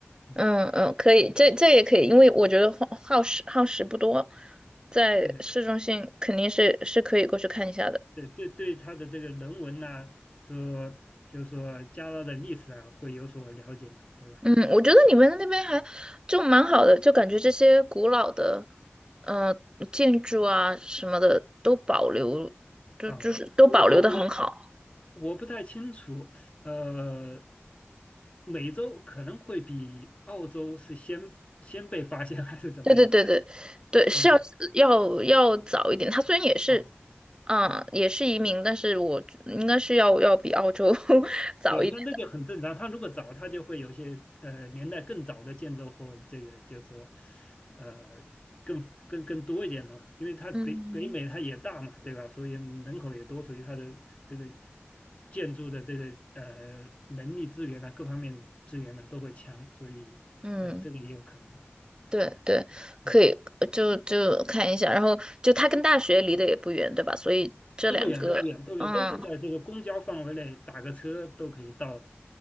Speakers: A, on the left; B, on the right.
A: 嗯，
B: 嗯嗯，可以，这这也可以，因为我觉得耗耗时耗时不多，在市中心肯定是是可以过去看一下的。
A: <laughs> 对对，这对他的这个人文呐、说就是说加拿大的历史啊，会有所了解嘛，对吧？
B: 嗯，我觉得你们那边还就蛮好的，就感觉这些古老的呃建筑啊什么的都保留，就就是都保留的很好。
A: 啊，我我我我不太清楚，呃，美洲可能会比澳洲是先先被发现还是怎么样？
B: 对对对对对，是要要要早一点。
A: 哦
B: 它虽然也是
A: 哦，
B: 嗯也是移民，但是我应该是要要比澳洲 <laughs> 早一点。
A: 对，那那就很正常。他如果早，他就会有些呃年代更早的建筑或这个就是说呃更更更多一点了，因为它北北美它也大嘛，
B: 嗯
A: 对吧？所以人口也多，所以它的这个建筑的这个呃能力资源啊，各方面资源呢、都会强，所以呃这个也有可能。
B: 嗯。对对，可以，
A: 嗯
B: 呃就就看一下，然后就它跟大学离得也不远，对吧？所以这两个，
A: 都不远，都不远，都不远，
B: 嗯
A: 都是在这个公交范围内，打个车都可以到的。